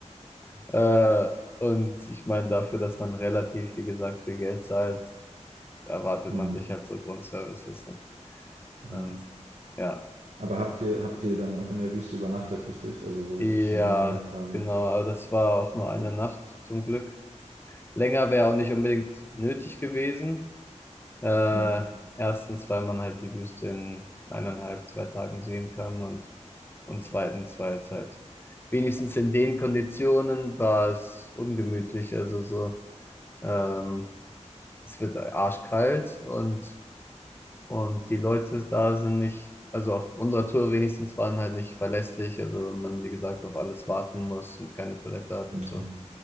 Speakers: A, on the left; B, on the right.
A: Äh, und ich meine, dafür, dass man relativ, wie gesagt, viel Geld zahlt, erwartet
B: Hm.
A: man sich halt so Grundservices. Und, und
B: Ja.
A: ja,
B: Aber habt ihr, habt ihr dann auch in der Wüste übernachtet, richtig? Also so richtig
A: ja,
B: so ein Lager quasi.
A: genau. Aber das war auch nur
B: Okay.
A: eine Nacht zum Glück. Länger wäre auch nicht unbedingt nötig gewesen. Äh,
B: Ja.
A: erstens, weil man halt die Wüste in eineinhalb, zwei Tagen sehen kann und, und zweitens, weil es halt wenigstens in den Konditionen war es ungemütlich. Also so, ähm, es wird arschkalt und, und die Leute da sind nicht, also auf unserer Tour wenigstens waren halt nicht verlässlich. Also wenn man, wie gesagt, auf alles warten muss und keine Toilette hat und
B: Ja.
A: so.